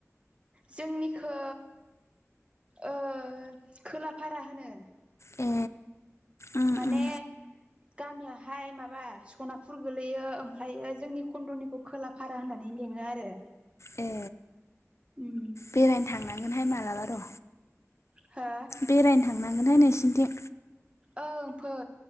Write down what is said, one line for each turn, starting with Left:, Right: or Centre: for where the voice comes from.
Right: जोंनिखौ ओ खोलाफारा होनो।
Left: ए उम
Right: माने
Left: उम
Right: गामिया हाय माबा सनापुर गोलैयो। ओमफ्रायो जोंनि कन्दनिखौ खोलाफारा होननानै लिङो आरो।
Left: ए
Right: उम
Left: बेरायनो थांनांगोनहाय मालाबा र'।
Right: हो
Left: बेरायनो थांनांगोनहाय नोंसिनिथिं?
Right: ओं फै